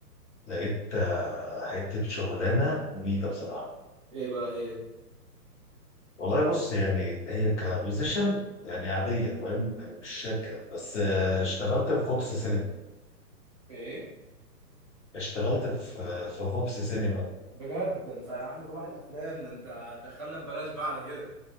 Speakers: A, on the left; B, on the right.
A: لقيت آه، حته شغلانه مميته بصراحه
B: ايه بقى هي
A: والله بص يعني هي كبوزيشن يعني عاديه فاهم يعني مش شركه بس آه، اشتغلت في فوكس سينما
B: ايه
A: اشتغلت في في فوكس سينما
B: بجد ده انت يا عم صباح الافلام ده انت هتدخلنا ببلاش بقى على كده